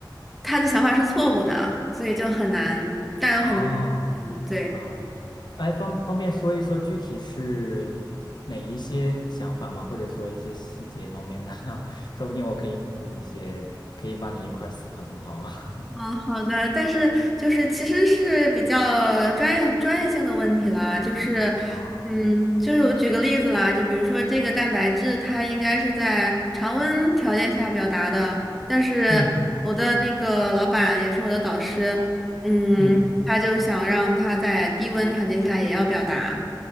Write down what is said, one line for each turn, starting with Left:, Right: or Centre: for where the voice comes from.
Centre: 他的想法是错误的，所以就很难，但又很难，
Left: 哦啊，
Centre: 嗯，对。
Left: 哎，方方便说一说具体是哪一些想法吗？或者说一些细节方面的呢？<laughs> 那说不定我可以给你一些，可以帮你一块儿思考思考啊。<laughs>
Centre: 嗯，好的，但是就是其实是比较专业专业性的问题啦，就是，
Left: 啊，
Centre: 嗯，就是我举个例子啦，就比如说这个蛋白质，它应该是在常温条件下表达的，但是我的那个老板也是我的导师，
Left: 嗯
Centre: 嗯，
Left: 嗯，
Centre: 他就想让他在低温条件下也要表达。